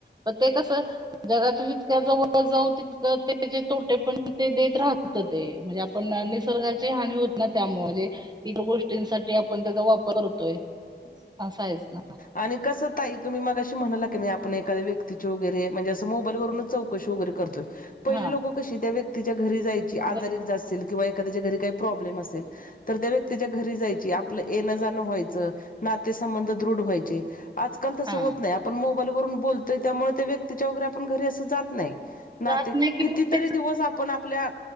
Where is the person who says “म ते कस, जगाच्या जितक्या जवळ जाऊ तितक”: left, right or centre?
Right